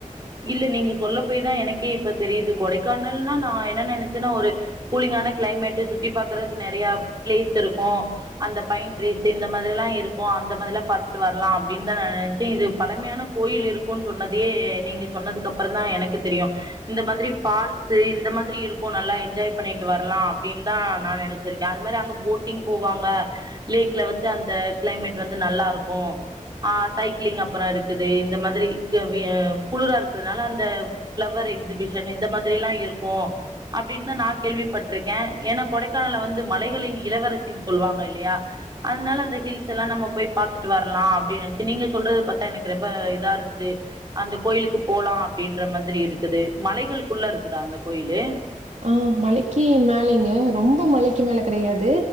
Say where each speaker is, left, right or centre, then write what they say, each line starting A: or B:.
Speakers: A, on the right (about 30°); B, on the right (about 60°).
A: இல்ல நீங்க சொல்ல போயதான் எனக்கே இப்ப தெரியுது கொடைக்கானல்னா நான் என்ன நினைச்சேன்னா ஒரு கூலிங்கான கிளைமேட் சுத்தி பாக்குறதுக்கு நறைய பிளேஸ் இருக்கும் அந்த பைன் ட்ரீஸ் இந்த மாரில்லாம் இருக்கும் அந்த மாதிரில்லாம் பாத்துட்டு வரலாம் அப்டின்னு தான் நான் நினைச்சன் இது பழமையான கோயில் இருக்கும்ன்னு சொன்னதையே நீங்க சொன்னதுக்கு அப்புறம் தான் எனக்கு தெரியும் இந்த மாதிரி பால்ஸ்ஸு இந்த மாதிரி இருக்கும் நல்லா என்ஜாய் பண்ணிட்டு வரலாம் அப்டின்னு தான் நான் நினைச் சிருக்கேன் அது மாதிரி அங்க போட்டிங் போவாங்க லேக்ல வந்து அந்த கிளைமேட் வந்து நல்லா இருக்கும் ஆ சைக்ளிங் அப்புற இருக்குது இந்த மாதிரி இ வ குளிரா இருக்கிறதுனால அந்த பிளவர் எக்ஸிபிஷன் இந்த மதிரலாம் இருக்கு அப்டின்னு தான் நான் கேள்விப்பட்டிருக்கேன் ஏன்னா கொடைக்கானல வந்து மலைகளின் இளவரசின் சொல்லுவாங்க இல்லையா அதனால அந்த ஹில்ஸ் எல்லாம் நம்ம போய் பார்த்துட்டு வரலாம் அப்டின்னு நினைச்சு நீங்க சொல்றது பாரத்தா எனக்கு ரொம்ப இதா இருக்குது அந்த கோயிலுக்கு போலாம் அப்டின்ற மாதிரி இருக்குது மலைகளுக்குள்ள இருக்குதா அந்த கோயிலு
B: ஆ மலைக்கு மேலங்க ரொம்ப மலைக்கு மேல கிடையாது